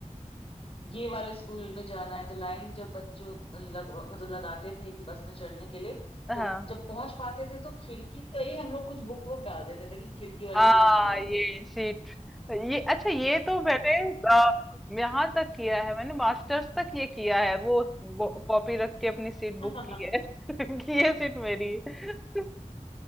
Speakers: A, on the left (about 45°); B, in the centre.
A: ये वाले स्कूल में जाना है तो लाइन जब बच्चों लग मतलब लगाते थे कि बस में चढ़ने के लिए
B: हाँ
A: तो जब पहुंच पाते थे तो खिड़की से ही हम लोग कुछ बुक वुक डाल देते थे कि खिड़की वाली
B: हाँ
A: सीट हमारी हो जाएगी
B: ये सीट ये अच्छा ये तो मैंने अ, यहाँ तक किया है मैंने मास्टर्स तक ये किया है वो ब- कॉपी रख के अपनी सीट
A: <laughs>
B: बुक की है <laughs> कि ये सीट मेरी <laughs> है।